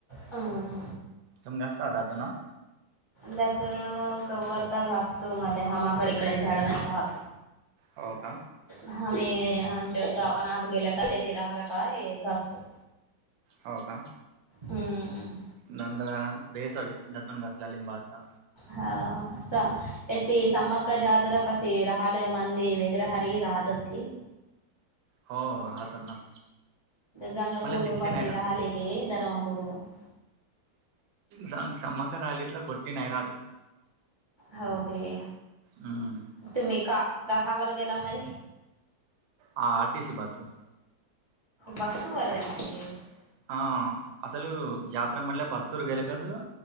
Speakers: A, on the right; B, on the right.
A: ह.
B: तुमे असता दा तो नां.
A: त्यातून कवरता घासतो मला हमाकड इकडे झाड नाही राहतो.
B: हो का.
A: आम्ही आमच्या गावाना आत गेल्या का तेथे राहिला का घासतो.
B: हो का.
A: हम्म.
B: नंद बेसॉरी जतून घातल्या लिंबाचा.
A: हाती समक जाात पशी राहलय मंदी वगैरे हरी राह <unintelligible> <inaudible> तत की.
B: हो हो रातात ना.
A: गंगापूर
B: मला तिथली
A: पासेराहालेक
B: नाही राहत
A: धर्मपूर. <unintelligible> <inaudible>
B: समकरलीिटला कोटी नै रात. <unintelligible> <inaudible>
A: हो गे
B: हम्म
A: तुम्ही का कहावर गेला मरी.
B: हा आर टी सी बस <inaudible> <unintelligible>
A: बस वर दे ना ते. <unintelligible> <inaudible>
B: हा असल यात्रा म्हणल्या बस वर गेले कासं.